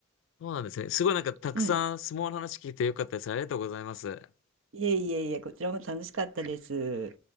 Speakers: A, on the left; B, on the right.
A: そうなんですね。すごいなんかたくさん相撲の話聞いてよかったです。
B: うん。
A: ありがとうございます。
B: いえいえいえ、こちらも楽しかったです。